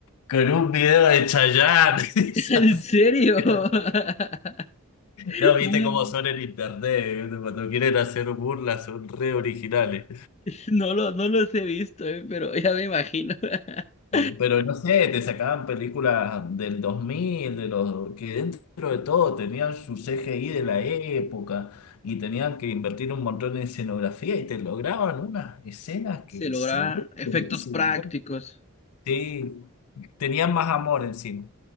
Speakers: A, on the left (about 85°); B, on the left (about 30°).
A: con un video de Chayanne. <laughs> Esas-
B: <laughs> ¿En serio?
A: eran-
B: <laughs>
A: No, viste
B: No,
A: cómo son en internet, cuando quieren hacer burlas son re originales.
B: no lo, no los he visto, eh, pero ya me imagino. <laughs>
A: Eh, Pero no sé, te sacaban películas del 2000 de los que dentro de todo tenían su CGI de la época y tenían que invertir un montón en escenografía y te lograban unas escenas que
B: Se logran
A: se ven
B: efectos
A: buenísimas.
B: prácticos.
A: ¿eh? Sí, tenían más amor encima.